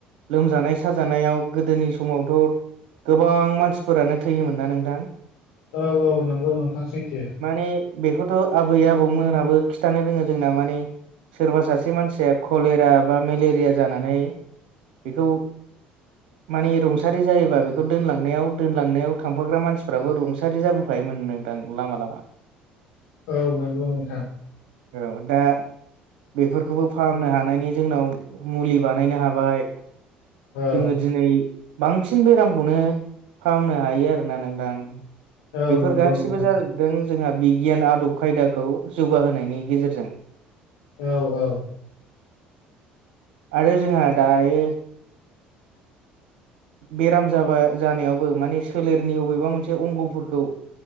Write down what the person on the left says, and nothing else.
औ औ नंगौ नोंथांसैथो
औ नंगौ नोंथां।
औ
औ
नंगौ
नोंथां
औ औ‌।